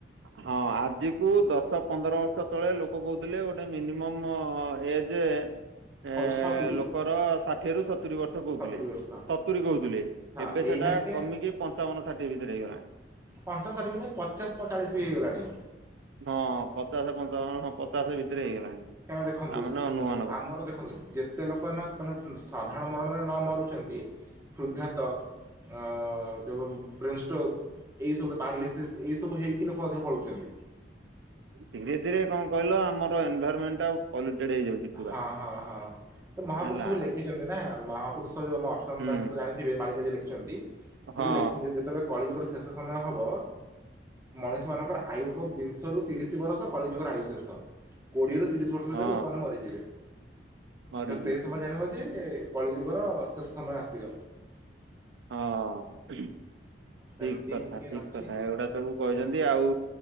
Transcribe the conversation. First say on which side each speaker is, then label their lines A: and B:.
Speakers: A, on the right; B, on the right.
A: ହଁ ଆଜି ଠୁ ଦଶ ପନ୍ଦର ବର୍ଷ ତଳେ ଲୋକ କହୁଥିଲେ ଗୋଟେ ମିନିମମ୍ ଏଜେ ଏ
B: ହଉଛି ସତୁରି
A: ଲୋକର ଷାଠିଏ ରୁ ସତୁରି ବର୍ଷ। କହୁଥିଲେ
B: ସତୁରି ବର୍ଷ
A: ସତୁରି କହୁଥିଲେ
B: ହଁ
A: ଏବେ ସେଟା
B: ଏଇନାକେ
A: କମିକି ପଞ୍ଚାବନ ଷାଠିଏ ଭିତରେ ହେଇଗଲାଣି।
B: ପଞ୍ଚମ ଷାଠିଏ ପଚାଶ ପଇଁଚାଳିଶ ବି ହେଇଗଲାଣି।
A: ହଁ ପଚାଶ ପଞ୍ଚାବନ ହଁ ପଚାଶ ଭିତରେ ହେଇଗଲାଣି।
B: କାରଣ ଦେଖନ୍ତୁ
A: ତାମାନେ ଅନୁମାନକ।
B: ଆମର ଦେଖନ୍ତୁ ଯେ ତେ ଲୋକ ମାନେ ସାଧାରଣ ମରଣରେ ନ ମରୁଛନ୍ତି ହୃଦଘାତ, ଅ ବ୍ରେନଷ୍ଟୋକ। ଏଇ ସବୁ ତ ପାରଲିସିସ୍ ଏଇ ସବୁ ହେଇକି ଲୋକ ଅଧିକ ପଳଉଛନ୍ତି।
A: ଧୀରେ ଧୀରେ କଣ କହିଲ ଆମର ଏନଭାଇରମେଣ୍ଟ ଟା ପଲ୍ୟୁଟେଡ ହେଇଯାଉଛି। ପୁରା।
B: ହଁ ହଁ ହଁ ତ ମହାପୁରୁଷ
A: ହେଲା
B: ବି ଲେଖିଛନ୍ତି ନା ମହାପୁରୁଷ ଯୋଉ ମ ଅର୍ଚ୍ଚନ୍ତ
A: ହୁଁ
B: ଦାସ ଜାଣିଥି ମାଳିକା ଯେ ଲେଖିଛନ୍ତି ସେ
A: ହଁ
B: ବି ଲେଖିଛନ୍ତି ଯେତେବେଳେ କଳି ଯୁଗର ଶେଷ ସମୟ ହବ ମଣିଷ ମାନଙ୍କର ଆୟୁ ହବ ବିଂଶ ରୁ ତିରିଶ ବରଷ। କଳିଯୁଗର ଆୟୁ ଶେଷ କୋଡିଏରୁ ତିରିଶ ବର୍ଷ
A: ହଁ
B: ଭିତରେ ଲୋକମାନେ ମରିଯିବେ
A: ମରିଯିବେ
B: ତ ସେ ସମୟରେ ଜାଣିବ ଯେ କଳିଯୁଗର ଶେଷ ସମୟ ଆସିଗଲା।
A: ହଁ ଠିକ
B: ସେମିତି
A: କଥା
B: କି
A: ଠିକ
B: ଅଛି
A: କଥା ଏଗୁଡା ସବୁ କହିଚନ୍ତି ଆଉ